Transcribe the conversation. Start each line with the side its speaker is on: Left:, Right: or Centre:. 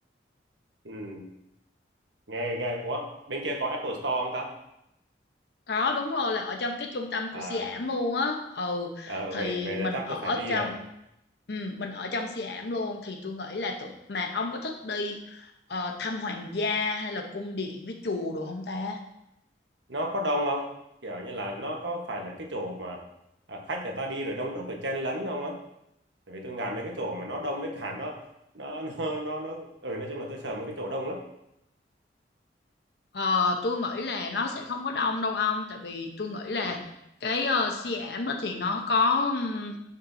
Right: ừ. Nghe, nghe, ủa, bên kia có Apple Store không ta?
Left: Đó đúng rồi là ở trong cái trung tâm của
Right: À,
Left: Siam luôn á. Ừ
Right: ờ,
Left: thì
Right: vậy, vậy là
Left: mình
Right: chắc
Left: ở
Right: tôi phải đi
Left: trong
Right: rồi.
Left: ừ, mình ở trong Siam luôn thì tôi nghĩ là tụi mà ông có thích đi ờ, thăm hoàng gia hay là cung điện với chùa đồ không ta?
Right: Nó có đông không? Kiểu như là nó có phải là cái chỗ mà à, khách người ta đi rồi đông đúc rồi chen lấn không á? Tại vì tôi ngại mấy cái chỗ mà nó đông với cả nó, nó, <laughs> nó, nó, nó, ừ, nói chung là tôi sợ mấy cái chỗ đông lắm.
Left: Ờ, tôi nghĩ là nó sẽ không có đông đâu ông tại vì tôi nghĩ là
Right: Ừ.
Left: cái ờ, Siam đó thì nó có ừm,